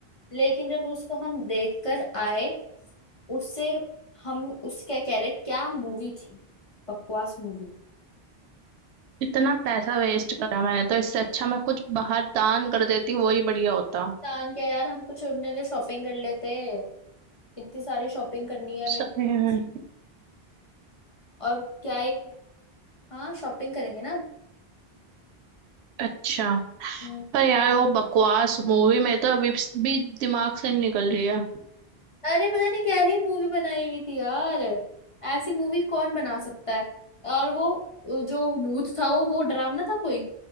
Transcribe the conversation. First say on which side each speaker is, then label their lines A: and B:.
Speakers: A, on the left (about 35°); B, on the right (about 85°).
A: लेकिन जब उसको हम देख कर आए उससे हम उस क्या कह रहे क्या मूवी थी बकवास मूवी
B: इतना पैसा वेस्ट करा मैंने तो इससे अच्छा मैं कुछ बाहर दान कर देती वही बढ़िया होता
A: कान क्या यार हम कुछ अपने लिए शॉपिंग कर लेते इतनी सारी शॉपिंग करनी है
B: शॉपिंग
A: मेरे को और क्या ही हाँ शॉपिंग करेंगे
B: अच्छा
A: ना
B: पर यार वो बकवास मूवी में तो अभी भी दिमाग से नहीं निकल रही है
A: अरे पता नहीं क्या ही मूवी बनाई हुई थी यार ऐसी मूवी कौन बना सकता है और वो जो भूत था वो वो डरावना था कोई